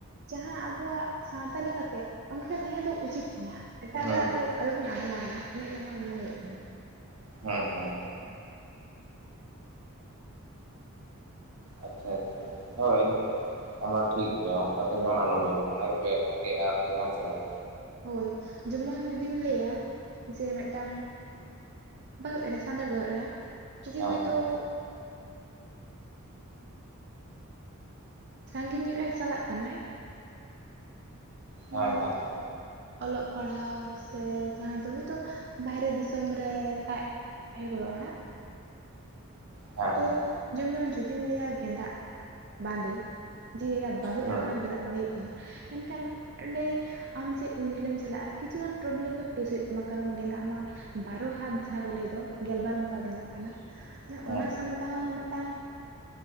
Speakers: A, on the right (about 50°); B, on the right (about 80°).
A: ᱡᱟᱦᱟᱸ ᱟᱵᱚᱣᱟᱜ ᱥᱟᱶᱛᱟ ᱞᱮᱠᱟᱛᱮ ᱚᱱᱠᱟ ᱛᱟᱦᱮᱸ ᱫᱚ ᱩᱪᱤᱛ ᱠᱟᱱᱟ ᱮᱴᱟᱜ
B: ᱦᱮᱸ
A: ᱦᱚᱲᱟᱜ ᱫᱚ ᱟᱞᱚᱵᱚᱱ ᱟᱯᱱᱟᱨ ᱢᱟ ᱤᱧᱟᱹᱜ ᱡᱟᱸᱦᱟ ᱢᱟᱱᱮ ᱦᱩᱭᱩᱜ ᱛᱤᱧᱟᱹ᱾
B: ᱦᱩᱸ ᱦᱩᱸ᱾ ᱟᱪᱪᱷᱟ ᱟᱪᱪᱷᱟ ᱦᱚᱭ ᱚᱱᱟ ᱴᱷᱤᱠ ᱜᱮᱭᱟ ᱚᱱᱠᱟᱛᱮ ᱡᱮᱢᱚᱱ ᱟᱞᱚ ᱦᱩᱭᱩᱜ ᱢᱟ ᱚᱱᱟ <unintelligible> ᱜᱮ ᱟᱨᱠᱤ ᱦᱮᱸ ᱥᱮ ᱵᱟᱝ?
A: ᱦᱳᱭ ᱡᱮᱢᱚᱱ ᱡᱩᱫᱤᱢ ᱞᱟᱹᱭᱟ ᱡᱮ ᱢᱮᱫᱴᱟᱝ ᱵᱟᱹᱦᱩ ᱮᱨᱟ ᱥᱟᱱᱛᱟᱲ ᱵᱟᱹᱦᱩ ᱮᱨᱟ ᱡᱩᱫᱤ
B: ᱦᱮᱸ
A: ᱦᱳᱭ
B: ᱦᱮᱸ
A: ᱛᱚ ᱥᱟᱺᱜᱤᱧ ᱧᱚᱜ-ᱮ ᱪᱟᱞᱟᱜ ᱠᱟᱱᱟᱭ᱾
B: ᱦᱮᱸ
A: ᱢᱮᱱᱫᱚ,
B: ᱦᱮᱸ
A: ᱚᱞᱚᱜ ᱯᱟᱲᱦᱟᱣ ᱥᱮ ᱡᱟᱦᱟᱸᱭ ᱫᱚ ᱦᱚᱭᱛᱚ ᱵᱟᱦᱨᱮ ᱫᱤᱥᱚᱢ ᱨᱮ ᱛᱟ ᱟᱭᱳ-ᱵᱟᱵᱟ ᱚᱲᱟᱜ᱾
B: ᱦᱮᱸ
A: ᱛᱚ ᱡᱮᱢᱚᱱ ᱡᱩᱫᱤᱢ ᱞᱟᱹᱭᱟ ᱜᱮᱸᱫᱟᱜ ᱵᱟᱸᱫᱮ ᱡᱮ ᱮᱨᱟ ᱵᱟᱹᱦᱩ
B: ᱦᱮᱸ
A: ᱮᱨᱟ ᱠᱟᱱᱟᱢ
B: ᱦᱮᱸ
A: ᱜᱮᱸᱫᱟᱜ ᱵᱟᱸᱫᱮ ᱦᱩᱭᱩᱜ ᱛᱟᱢᱟ ᱢᱮᱱᱠᱷᱟᱱ, ᱚᱸᱰᱮ ᱟᱢ ᱪᱮᱫ ᱩᱱ ᱡᱷᱟᱹᱞᱮᱢ ᱪᱟᱞᱟᱜᱼᱟ ᱠᱤᱪᱷᱩᱜᱟᱱ ᱯᱨᱚᱵᱮᱞᱮᱢ ᱫᱚ ᱯᱷᱮᱥ ᱦᱩᱭᱩᱜ ᱛᱟᱢᱟ ᱠᱟᱨᱚᱱ ᱜᱮᱸᱫᱟᱜ ᱢᱟ ᱵᱟᱨᱚ ᱦᱟᱛ ᱡᱟᱦᱟᱸ ᱠᱚ ᱞᱟᱹᱭ ᱫᱚ ᱜᱮᱞᱵᱟᱨ ᱡᱚᱠᱟ ᱜᱮᱸᱫᱟᱜ ᱠᱟᱱᱟ, ᱛᱟᱦᱞᱮ
B: ᱦᱮᱸ
A: ᱚᱱᱟ ᱥᱟᱢᱴᱟᱣ ᱦᱚᱸ ᱢᱤᱫᱴᱟᱝ